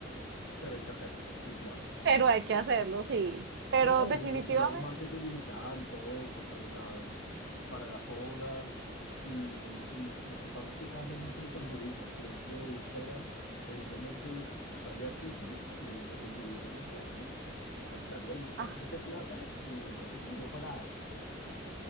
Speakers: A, on the left (about 80°); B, on the right (about 60°).
A: pero hay que hacerlo, igual.
B: Pero hay que hacerlo, sí. Pero
A: No,
B: definitivamente,
A: yo, yo- yo hago marketing digital, todo co- para las, para las obras y, y lo que pasa es que cambian mucho los algoritmos. Por ejemplo, de Instagram, en un momento pf, sale hartísimo y, en, y de un momento a otro, hasta luego, usted
B: ah,
A: le mete plata y no le sirvió para nada.